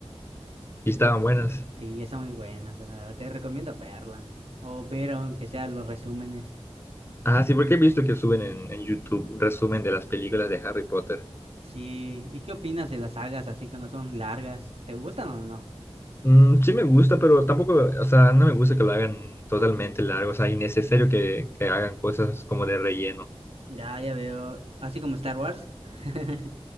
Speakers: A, on the left; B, on the right.
A: Y estaban
B: de nuevo.
A: buenas.
B: Sí, está muy buena, o sea, te recomiendo verla o ver aunque sea los resúmenes.
A: Ah, sí, porque he visto que suben en, en YouTube resumen de las películas de Harry Potter.
B: Sí, ¿y qué opinas de las sagas así que no son largas? ¿Te gustan o no?
A: Mm, sí me gusta, pero tampoco, o sea, no me gusta que lo hagan totalmente largo, o sea, innecesario que, que hagan cosas como de relleno.
B: Ya, ya veo, así como Star Wars. <laughs>